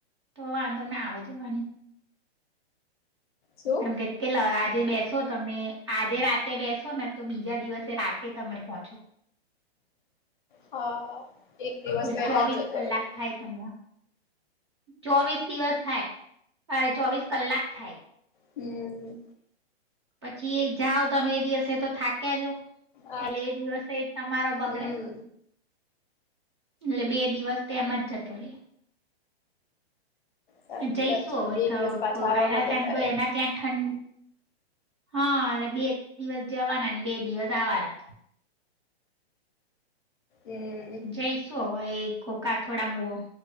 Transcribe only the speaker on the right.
તો વાંધો ના આવે જવાની.
એમ કે કેલા આજે બેસ શો તમે આજે રાતે બેસો ને તો બીજા દિવસે રાતે તમે પહોંચો.
એટલે
ચોવીસ
કલાક
થાય તમને. ચોવીસ દિવસ થાય અરે ચોવીસ કલાક થાય.
પછી એક જાઓ તમે એ દિવસે તો થાક્યા જો
એટલે એ દિવસે તમારો
બગડે એટલે બે દિવસ. તેમ જ જતો રે.
જઈશું
હવે
એના
એમ તો
એના ત્યાં ઠં હા એટલે બે દિવસ જવાના બે દિવસ આવવાના.
જઈશું હવે કોકા થોડા મો.